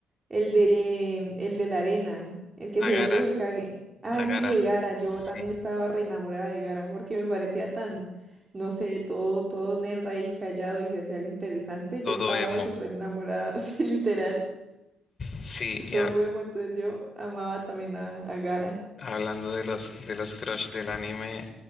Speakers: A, on the right (about 25°); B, on the left (about 40°).
A: El de, el de la arena, el que se
B: Agara,
A: vuelve Hokage. Ay,
B: Agara.
A: sí, de Gaara, yo
B: Sí,
A: también estaba re enamorada de Gaara porque me parecía tan, no sé, todo, todo nerd ahí callado y se hacía lo interesante. Yo
B: todo
A: estaba
B: emo.
A: súper enamorada, <laughs> así literal,
B: Sí, y
A: todo
B: a-
A: vemos, entonces yo amaba también a, a Gaara.
B: Hablando de los, de los crush del anime,